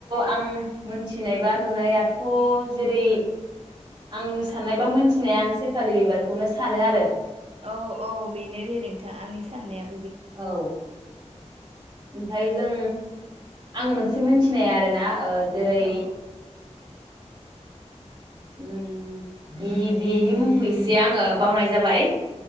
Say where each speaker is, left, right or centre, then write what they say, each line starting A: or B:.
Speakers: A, on the right; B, on the right.
A: आं मोनथिनायबा नुनायाथ' जेरै आंनि साननायबा मोनथिनाया आं सेपालि बिबारखौनो सानो आरो।
B: औ औ बेनो दे नोंथां आंनि साननाया
A: औ ओमफ्राय जों आं मोनसे मिथिनाया आरोना ओ। जेरै
B: औ
A: ओम बेनि मुंखौ एसे आङो बावनाय जाबाय।